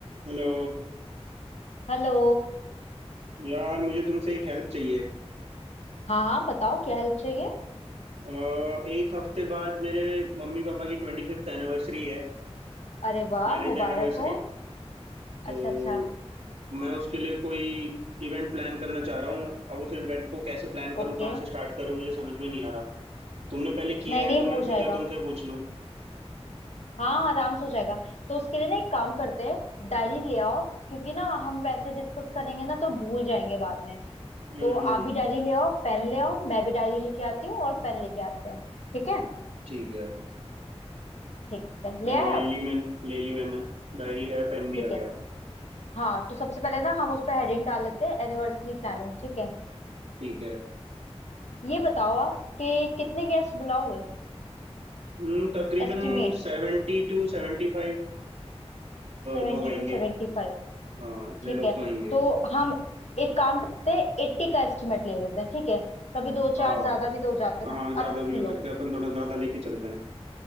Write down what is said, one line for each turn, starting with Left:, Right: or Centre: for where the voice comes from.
Right: Hello
Left: Hello
Right: यार मुझे तुमसे एक हेल्प चाहिए
Left: हाँ हाँ बताओ क्या हेल्प चाहिए
Right: अ, एक हफ्ते बाद मेरे मम्मी पापा की ट्वेंटी फिफ्थ एनिवर्सरी है
Left: अरे वाह
Right: मैरिज
Left: मुबारक
Right: एनिवर्सरी
Left: हो
Right: तो
Left: अच्छा अच्छा
Right: मैं उसके लिए कोई इवेंट प्लान करना चाह रहा हूँ अब उस इवेंट को कैसे प्लान करूँ
Left: ओके
Right: कहाँ से स्टार्ट करूँ मुझे समझ में नहीं आ रहा तुमने पहले किया
Left: नहीं
Right: है
Left: नहीं
Right: तो मैंने
Left: हो
Right: सोचा
Left: जाएगा
Right: तुमसे पूछ लूँ
Left: हाँ आराम से हो जाएगा तो उसके लिए ना एक काम करते हैं डायरी ले आओ क्योंकि ना हम वैसे डिस्कस करेंगे ना तो भूल जाएंगे बाद में
Right: हम्म
Left: तो आप
Right: हम्म हम्म
Left: भी डायरी ले आओ पेन ले आओ मैं भी डायरी लेके आती हूँ और पेन लेके आते हैं ठीक है
Right: ठीक है
Left: ठीक है
Right: हाँ
Left: ले आए
Right: ले
Left: आप
Right: ली मैंने ले ली मैंने डायरी है पेन भी
Left: ठीक
Right: आ गया
Left: है हाँ तो सबसे पहले ना हम उस पर हेडिंग डाल लेते हैं एनिवर्सरी प्लानिंग ठीक है
Right: ठीक है
Left: ये बताओ आप कि कितने गेस्ट बुलाओगे
Right: हम्म तकरीबन
Left: एस्टिमेट
Right: सेवेंटी टू सेवेंटी फाइव
Left: 72
Right: लोग आएंगे
Left: to seventy.
Right: हाँ इतने
Left: ठीक
Right: लोग
Left: है
Right: तो आएंगे
Left: तो हम एक काम करते हैं एट्टी का एस्टिमेट ले लेते हैं ठीक है कभी दो
Right: हाँ
Left: चार ज्यादा भी तो हो जाते हैं
Right: हाँ
Left: ना
Right: ज्यादा
Left: अस्सी
Right: भी हो
Left: लोग
Right: सकते हैं अपन थोड़ा ज्यादा लेके चलते हैं